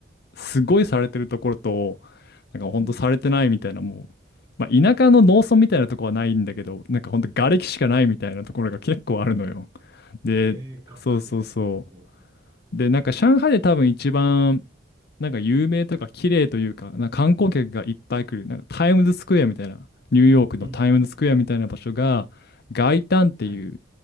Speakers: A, on the left; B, on the right.
A: すごいされてるところと、なんかほんとされてないみたいな、
B: うん。
A: もう、まあ、田舎の農村みたいなところはないんだけど、なんかほんと瓦礫しかないみたいなところが結構あるのよ。で、
B: ええが、
A: そうそうそう。
B: 外国の方と。
A: で、なんか上海で多分一番、なんか有名とか綺麗というか、なんか観光客がいっぱい来る、なんかタイムズスクエアみたいな、ニューヨークのタイムズスクエアみたいな場所が、
B: うん。
A: 外灘っていう
B: はい。